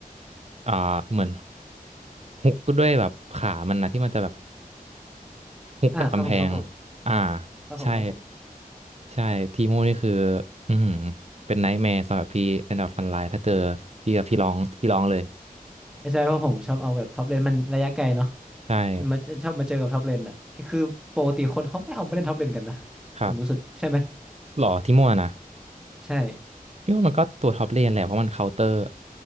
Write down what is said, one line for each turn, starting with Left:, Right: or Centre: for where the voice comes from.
Right: อ่าเหมือนฮุกด้วยแบบขามันนะที่มันจะแบบ ฮุกกับกำแพง
Centre: อ่าครับผมครับผม
Right: อ่า
Centre: ครับผมครับผม
Right: ใช่ ใช่ ทีโม่นี่คืออือหือเป็นไนท์แมร์สำหรับพี่เป็นแบบฟันไลน์ถ้าเจอพี่กับพี่ร้อง พี่ร้องเลย
Centre: ไม่ใช่เพราะผมชอบเอาแบบท็อปเลนมันระยะไกลเนาะ
Right: ใช่
Centre: มันมาชอบมาเจอกับท็อปเลนอ่ะคือปกติคนเขาไม่เอามาเล่นท็อปเลนกันนะ
Right: ครับ
Centre: ผมรู้สึกใช่ไหม
Right: หรอทีโม่นะ
Centre: ใช่
Right: พี่ว่ามันก็ตัวท็อปเลนแหละเพราะมันเคาน์เตอร์